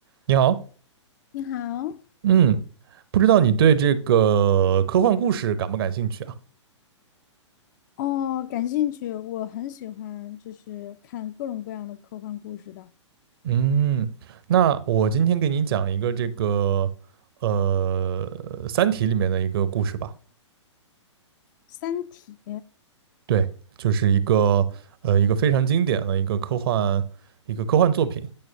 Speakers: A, on the right; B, on the left.
A: 你好，
B: 你好，
A: 嗯，不知道你对这个科幻故事感不感兴趣啊？
B: 哦，感兴趣，我很喜欢，就是看各种各样的科幻故事的
A: 嗯，那我今天给你讲一个这个呃《三体》里面的一个故事吧。
B: 《三体》。
A: 对，就是一个呃一个非常经典的一个科幻一个科幻作品。